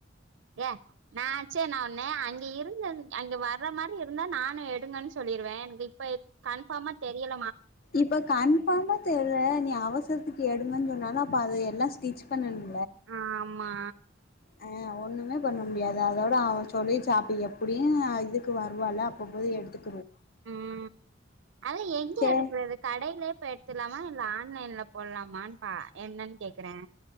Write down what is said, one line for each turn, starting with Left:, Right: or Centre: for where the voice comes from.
Right: ஏ நா சே நா ஒன்ன அங்கெ இருந்த அங்க வர்ற மாரி இருந்தா நானு எடுங்கன் சொல் லிருவே எனக்கு இப்ப கன்ஃபாமா தெரியல்
Left: இப்ப கன்ஃபாமா தெர்ல நீ அவசரத்துக்கு எடுங்கன் சொன்னாலு அப்ப அது எல்லா ஸ் டிச் பண்ணணு
Right: ஆமா
Left: ஆ ஒண்ணுமே பண்ண முடியாது அதோட அவ சொல்லி சாப்பி எப்டியு இதுக்கு வருவால்ல அப்பொ போய் எடுத்துக்
Right: ம் அதா எங்க
Left: சேர்
Right: எடுக்குறது கடைலயே போய் எட் த்துற்லாமா இல்ல ஆன்லைன்ல போல்லாமான் பா என்னன் கேக்குற